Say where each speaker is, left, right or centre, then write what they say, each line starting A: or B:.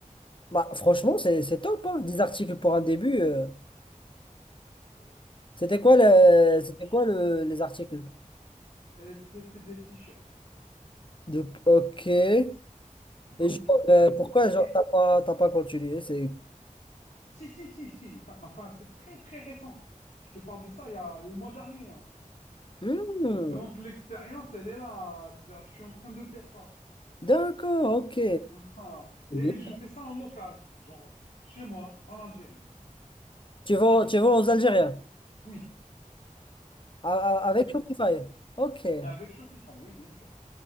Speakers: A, on the left; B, on the left.
A: Bah, franchement, c'est c'est top, hein, 10 articles pour un début. euh.
B: Euh,
A: C'était quoi, le, c'était
B: je-
A: quoi le- les articles?
B: et c'était des t-shirts.
A: De, ok. Et
B: Donc,
A: genre,
B: donc-
A: euh, pourquoi
B: et-
A: genre
B: et-
A: t'as pas, t'as pas continué? C'est.
B: si, si, si, si. Enfin, enfin, c'est très, très récent. Je te parle de ça il y a le mois dernier, en fait.
A: Hmm,
B: Donc, l'expérience, elle est là. C'est-à-dire, je suis en train de faire ça.
A: d'accord, ok.
B: Voilà.
A: Bien.
B: Et je fais ça en local, genre chez moi, en Algérie.
A: Tu vas, tu vas aux Algériens
B: Oui,
A: a- a-
B: précisément.
A: avec Shopify. Ok. Et
B: Avec Shopify, oui, bien sûr.